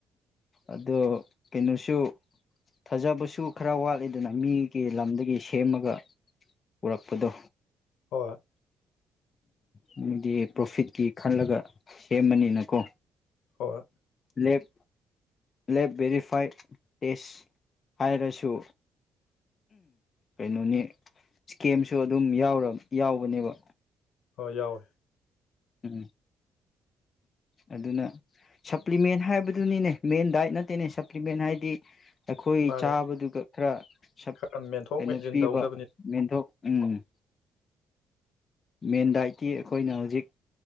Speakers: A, on the left; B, on the left.
A: ꯑꯗꯣ ꯀꯩꯅꯣꯁꯨ ꯊꯥꯖꯕꯁꯨ ꯈꯔ ꯋꯥꯠꯂꯤꯦꯗꯅ ꯃꯤꯒꯤ ꯂꯝꯗꯒꯤ ꯁꯦꯝꯃꯒ ꯄꯨꯔꯛꯄꯗꯣ
B: ꯋꯥ
A: ꯎꯝ ꯑꯃꯗꯤꯗꯤ ꯄ꯭ꯔꯣꯐꯤꯠꯀꯤ ꯈꯜꯂꯒ ꯁꯦꯝꯕꯅꯤꯅꯀꯣ
B: ꯍꯔ
A: ꯂꯦꯞ ꯂꯦꯞ ꯚꯦꯔꯤꯐꯥꯏꯠ ꯇꯦꯁ ꯍꯥꯏꯔꯁꯨ ꯀꯩꯅꯣꯅꯤ ꯏꯁꯀꯦꯝꯁꯨ ꯑꯗꯨꯝ ꯌꯥꯎꯕꯅꯦꯕ
B: ꯍꯣꯏ ꯌꯥꯎꯏꯦ
A: ꯎꯝ ꯑꯗꯨꯅ ꯁꯄ꯭ꯂꯤꯃꯦꯟ ꯍꯥꯏꯕꯗꯨꯅꯤꯅꯦ ꯃꯦꯟ ꯗꯥꯏꯠ ꯅꯠꯇꯦꯅꯦ ꯁꯄ꯭ꯂꯤꯃꯦꯟ ꯍꯥꯏꯗꯤ ꯑꯩꯈꯣꯏ
B: ꯃꯥꯅꯦ
A: ꯆꯥꯕꯗꯨꯒ ꯈꯔ ꯁ
B: ꯈꯔ ꯃꯦꯟꯊꯣꯛ
A: ꯀꯩꯅꯣ
B: ꯃꯦꯟꯁꯤꯟ
A: ꯄꯤꯕ
B: ꯇꯧꯅꯕꯅꯤ
A: ꯃꯦꯟꯊꯣꯛ ꯎꯨꯡꯨꯡ ꯃꯦꯟ ꯗꯥꯏꯠꯇꯤ ꯑꯩꯈꯣꯏꯅ ꯍꯧꯖꯤꯛ